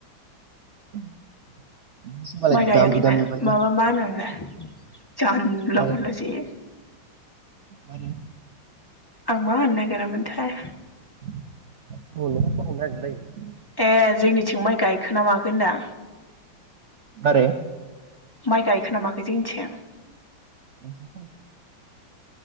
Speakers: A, on the right; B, on the left.
A: <inaudible>
B: माइ गायाखैना
A: दामि दामि बायना
B: माबा मा होनो जानला
A: मारै
B: मोनलाजे
A: मारै
B: आं मा होननो नागिरामोनथाय!
A: बुंनो नागिरनायखौनो बावगारलायो?
B: ए जोंनिथिं माइ गायखोना माखो होनदां?
A: मारै
B: माइ गायखोनामाखै जोंनिथिं?
A: <unintelligible>